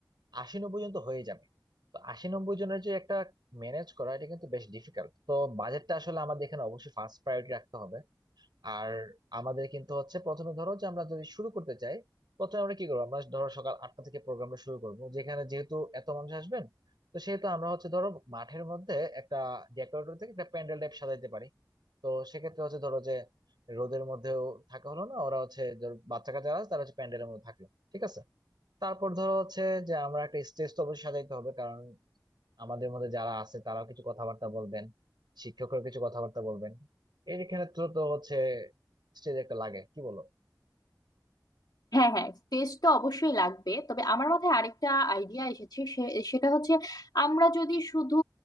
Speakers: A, on the right; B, on the left.
A: আশি নব্বই জন তো হয়ে যাবে তো আশি নব্বই জনের যে একটা ম্যানেজ করা এটা কিন্তু বেশ ডিফিকাল্ট তো বাজেটটা আসলে আমাদের এখানে অবশ্যই ফার্স্ট প্রায়োরিটি রাখতে হবে আর আমাদের কিন্তু হচ্ছে প্রথমে ধরো যে আমরা যদি শুরু করতে চাই প্রথমে আমরা কি করবো আমরা ধরো সকাল আটটা থেকে প্রোগ্রামটা শুরু করবো যেখানে যেহেতু এত মানুষ আসবেন তো সেহেতু আমরা হচ্ছে ধরো মাঠের মধ্যে একটা ডেকোরেটর থেকে একটা প্যান্ডেল টাইপ সাজাইতে পারি তো সেক্ষেত্রে হচ্ছে ধরো যে রোদের মধ্যেও থাকা হলো না ওরা হচ্ছে ধরো বাচ্চা কাচ্চা আছে তারা হচ্ছে প্যান্ডেলের মধ্যে থাকলো ঠিক আছে তারপর ধরো হচ্ছে যে আমরা একটা স্টেজ তো অবশ্যই সাজাইতে হবে কারণ আমাদের মধ্যে যারা আছে তারাও কিছু কথাবার্তা বলবেন শিক্ষকরা কিছু কথাবার্তা বলবেন এর এখানে তো তো হচ্ছে স্টেজ একটা লাগে কি বলো
B: হ্যাঁ হ্যাঁ স্পেস তো অবশ্যই লাগবে তবে আমার মাথায় আরেকটা আইডিয়া এসেছে সে- সেটা হচ্ছে আমরা যদি শুধু